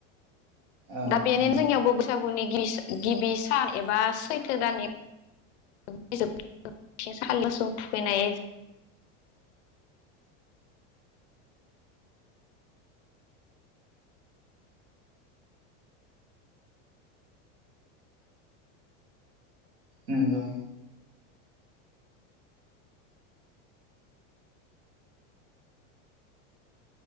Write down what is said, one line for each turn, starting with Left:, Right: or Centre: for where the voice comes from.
Right: औ
Left: दा बेनिनो
Right: नंगौ
Left: जोंनिआवबो बैसागुनि गिबि सान सान एबा सैथो दाननि बिज <unintelligible> मोसौ थुखैनाय
Right: नंगौ